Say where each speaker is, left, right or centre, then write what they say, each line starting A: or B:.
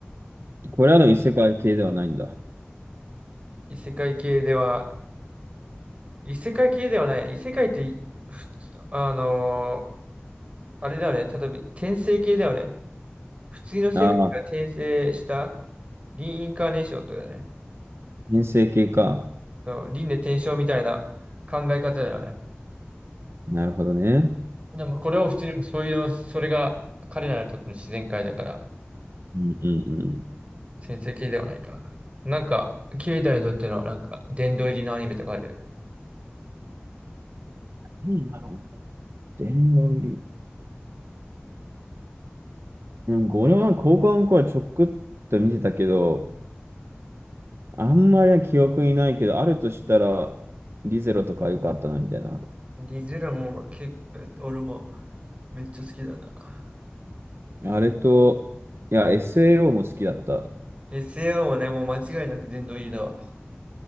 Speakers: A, on the right (about 80°); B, on the right (about 30°).
A: これらの異世界系ではないんだ。
B: 異世界系では、異世界系ではない。異世界って普通、あのあれだよね。例えば転生系だよね。普通の世界から転生した
A: ああ、
B: リインカーネーションとかだよね。
A: 編成系か。
B: そう輪廻転生みたいな考え方だよね。
A: なるほどね。
B: でもこれを普通にそういう、それが彼らにとっての自然界だから、
A: うんうんうん。
B: 先生系ではないかな。なんか、ケイタにとってのなんか、殿堂入りのアニメとかある。
A: なんだろうな。電脳入り。なんか俺は高校の頃はちょくっと見てたけど、あんまり記憶にないけど、あるとしたら、リゼロとか良かったな、みたいな。
B: ディズラも結構、俺もめっちゃ好きだな。
A: あれと、いや、SAO も好きだった。
B: SAO もね、もう間違いなく殿堂入りだわ。